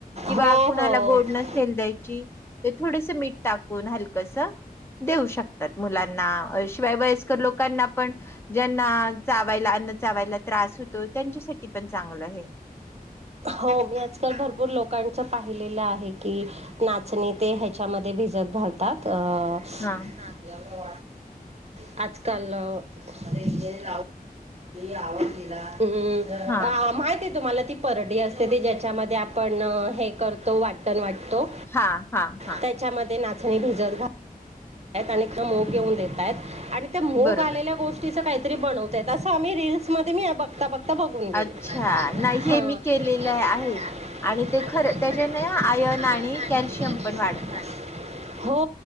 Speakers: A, on the left; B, on the right.
A: किंवा
B: हो
A: कुणाला
B: हो
A: गोड
B: टाकून
A: नसेल द्यायची तर थोडसं मीठ टाकुन हलकसं देऊ शकता मुलाना शिवाय वयस्कर लोकांना पण ज्यांना चावायला अन चावायला त्रास होतो, त्यांच्यासाठी पण चांगलं हे
B: हो मी आजकाल भरपूर लोकांच्या पाहिलेलं आहे की, नाचणी ते ह्याच्यामध्ये भिजत घालतात अ ह
A: हा
B: <unintelligible> आजकाल अं मी आवाज दिला...
A: हा
B: हम् माहितये तुम्हाला? ती परडी असते ती ज्याच्यामध्ये आपण हे करतो वाटण वाटण-
A: हा हा हा
B: त्याच्यामध्ये नाचणी भिजत घाल अनेक मोग येऊन येतात आणि त्या मोग
A: बरोबर
B: आलेल्या गोष्टीच काय बनवता येतात, असं आम्ही रील्स मध्ये... मी बघता बघता बघून गेले
A: अच्छा नाही
B: हां
A: हे मी केलेलं
B: ते पण
A: आहे
B: केलेलं
A: आणि ते खरं त्याच्या
B: आहे आणि-
A: नाही
B: आणि ते खरं
A: आयन
B: त्याच्यात
A: आणि
B: आयन आणि
A: कॅल्शियम
B: सॅलिश
A: पण वाढतं
B: हो...